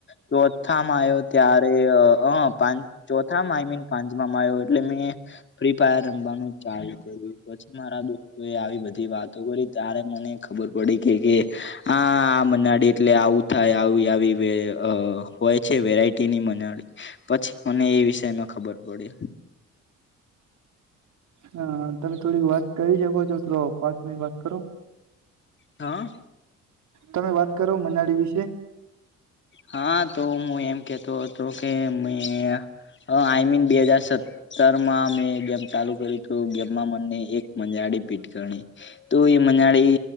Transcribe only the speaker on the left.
ચોથામાં આવ્યો ત્યારે અ હ પાંચ ચોથામાં આઈમીન પાંચમામાં આવ્યો એટલે મેં ફ્રી ફાયર રમવાનું ચાલુ કર્યું પછી મારા દોસ્તો એ આવી બધી વાતો કરી ત્યારે મને ખબર પડી કે કે હા આ મનાળી એટલે આવું થાય આવી આવી વે અ હોય છે વેરાયટીની મનાળી પછી મને એ વિષય ન ખબર પડી
હા
હા તો હું એમ કેતો હતો કે મે અ આઈમીન બે હજાર સત્તર માં મેં ગેમ ચાલુ કર્યુ તુ ગેમમાં મને એક મંજાડી ભીટ ગણી તો એ મંજાડી